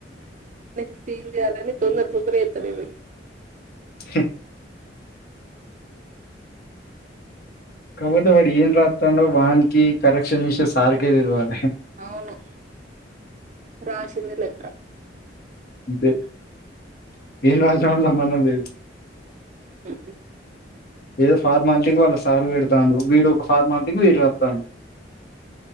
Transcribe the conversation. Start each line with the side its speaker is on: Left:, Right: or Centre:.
Right: నెక్స్ట్ ఏం చేయాలని తొందర తొందర <unintelligible>
Left: హ కాబోతే వాడి ఏన్ రాతాండో వాన్ కి కరెక్షన్ చేసే సార్ కె తెల్వలే
Right: అవును రాసింది లెక్క
Left: అంతే ఏం రాసామని సంబంధం లేదు
Right: ఆ
Left: ఏదో ఫార్మాలిటీకి వాళ్ళ సార్ పెడుతాండు వీడు ఒక ఫార్మాలటీకి వీడు రాస్తాండు